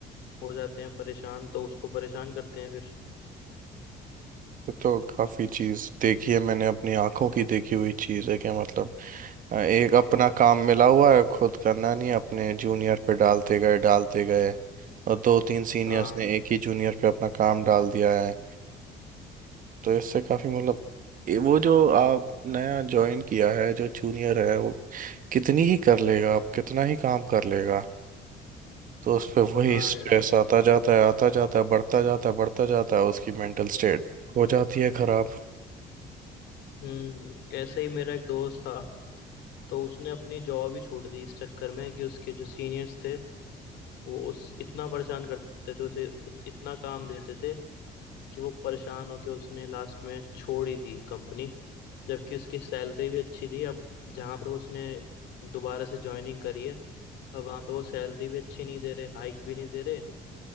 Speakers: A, on the left (about 80°); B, on the right (about 55°).
A: हो जाते हैं परेशान तो उसको परेशान करते हैं फिर
B: ये तो काफी चीज देखी है मैंने अपनी आंखों की देखी हुई चीज है क्या मतलब अ, एक अपना काम मिला हुआ है खुद करना नहीं है, अपने जूनियर पे डालते गए डालते गए और दो तीन सीनियर्स
A: हाँ
B: ने एक ही जूनियर पे अपना काम डाल दिया है तो इससे काफी मतलब ये वो जो आप नया ज्वाइन किया है जो जूनियर है वो कितनी ही कर लेगा आप कितना ही काम कर लेगा तो उस पे वही
A: हाँ हाँ
B: स्ट्रेस
A: यार
B: आता जाता है आता जाता है बढ़ता जाता है बढ़ता जाता है उसकी मेंटल स्टेट हो जाती है खराब
A: हम्म ऐसे ही मेरा एक दोस्त था तो उसने अपनी जॉब ही छोड़ दी इस चक्कर में कि उसके जो सीनियर्स थे वो उस इतना परेशान करते थे उसे उत- इतना काम देते थे कि वो परेशान होके उसने लास्ट में छोड़ ही दी कंपनी जबकि उसकी सैलरी भी अच्छी थी अब जहाँ पे उसने दोबारा से ज्वाइनिंग करी है अब वहाँ पे वो सैलरी भी अच्छी नहीं दे रहे हाइक भी नहीं दे रहे